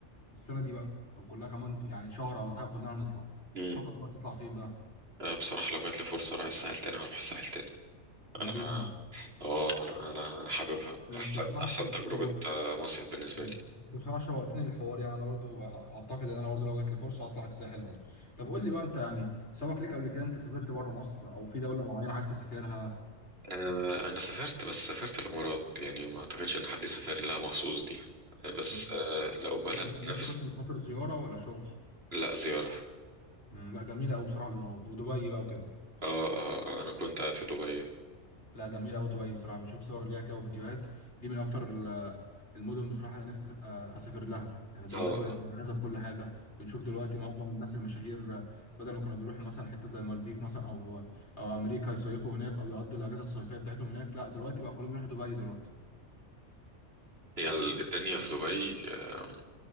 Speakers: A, on the left; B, on the right.
A: السنة دي بقى لو كلها كمان يعني شهر ولا حاجة كلنا هنطلع
B: امم
A: تفكر بقى تطلع فين بقى
B: آه، بصراحة لو جات لي فرصة أروح الساحل تاني هروح الساحل تاني
A: مارينا
B: أنا
A: ولا
B: اه أنا أنا حاببها
A: ده
B: أحسن
A: انت بصراحة
B: أحسن
A: شو-
B: تجربة
A: شوقت
B: آه، مصيف بالنسبة
A: ايوه
B: لي
A: انت بصراحة شوقتني للحوار يعني انا برضو أ- اعتقد ان انا برضو لو جات لي فرصة هطلع الساحل برضو طب قول لي بقى انت يعني سبق ليك قبل كده انت سافرت بره مصر او في دولة معينة عايز تسافرها
B: آه، انا سافرت بس سافرت الامارات يعني ما اعتقدش ان حد سافر لها مخصوص دي آه، بس
A: مم.
B: آه، لو بلد
A: طب انت طب انت
B: نفس
A: كنت مسافر زيارة ولا شغل؟
B: لا زيارة
A: مم، لا جميلة قوي بصراحة الامارات ودبي بقى وكده
B: اه اه انا كنت قاعد في دبي اه
A: لا جميلة أوي دبي بصراحة بشوف صور ليها كده وفيديوهات دي من أكتر ال- المدن بصراحة اللي نفسي آه، أسافر لها يعني دلوقتي
B: اه
A: بقت مجهزة بكل حاجة بنشوف دلوقتي معظم الناس المشاهير آه، بدل ما كانوا بيروحوا مثلا حتة زي المالديف مثلا أو أو أمريكا يصيفوا هناك أو يقضوا الأجازة الصيفية بتاعتهم هناك لا دلوقتي بقى كلهم يروحوا دبي دلوقتي
B: هي الدنيا
A: تمام.
B: في دبي آه،